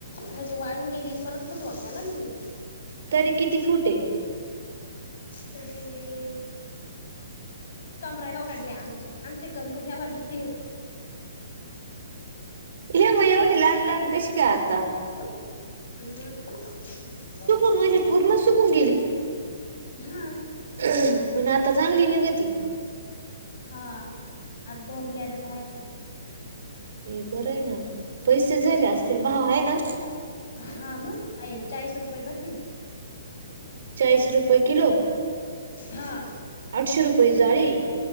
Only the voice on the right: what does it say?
तरी किती फूट आहे
हे मग एवढी लहान लहान कशी काय आता?
सुकून
म्हणजे पूर्ण
सुकून
म्हण आता चांगली निघ ती
हे बर आहे ना पैसे झाले असतील भाव आहे ना
चाळीस रुपये किलो
अठशे रुपये झाळी